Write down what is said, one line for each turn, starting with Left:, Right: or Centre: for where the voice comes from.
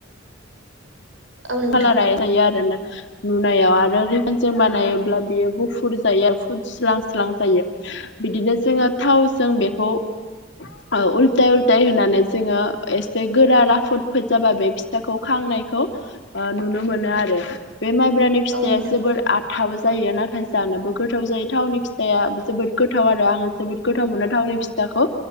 Right: औ नोंथां
Left: खालाराय जायो आरोना। नुनायाव आरो रिफायनजों बानायोब्ला बेयो गुफुर जायो आरो फुदस्लांस्लां जायो। बिदिनो जोङो थावजों बेखौ ओ उल्थाय उल्थाय होनानै जोङो एसे गोरा राफोदफोद जाबा बे फि थाखौ खांनायखौ नुनो मोनो आरो। बे माइब्रानि फिथाया
Right: औ नोंथां
Left: जोबोर आथाबो जायो नाथाय जानोबो गोथाव जायो थावनि फिथाया जोबोद। गोथाव आरो आङो जोबोद गोथाव मोनो थावनि फिथाखौ।